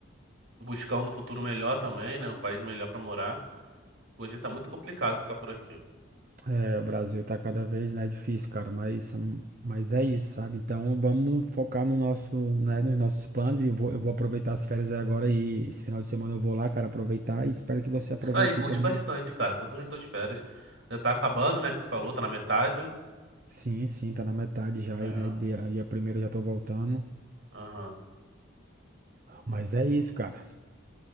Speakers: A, on the right; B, on the right.
A: Buscar um do futuro melhor também, né? Um país melhor pra morar. Hoje tá muito complicado ficar por aqui.
B: É, o Brasil tá cada vez, né, difícil, cara, mas, hum, mas é isso, sabe? Então vamos focar no nosso, né, nos nossos planos e eu vou, eu vou aproveitar as férias aí agora e esse final de semana eu vou lá, cara, aproveitar e espero que você aproveite
A: Isso aí, curte
B: aí também.
A: bastante, cara. Curte bastante tuas férias. Já tá acabando, né? Que tu falou, tá na metade.
B: Sim, sim, tá na metade já
A: É.
B: aí, né? E de- e a primeira eu já tô voltando.
A: Aham.
B: Mas é isso, cara.